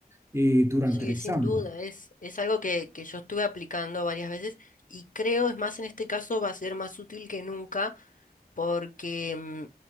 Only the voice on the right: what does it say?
eh, durante
el examen.